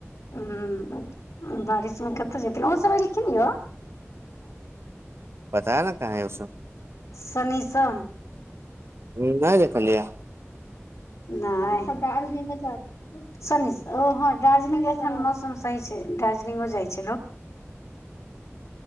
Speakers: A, on the left; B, on the right.
A: ह्म बारिशमे कतऽ जेथिन ओस सब एलखिन य
B: पता ने कहाँ ह उस सब
A: संगी संग
B: ह नहि देखलियै
A: नहि्जंग ओ शनी सब ह दार्जिलिंगसन मौसम सही छै दार्जिलिंगो जाइ छै लोक <unintelligible>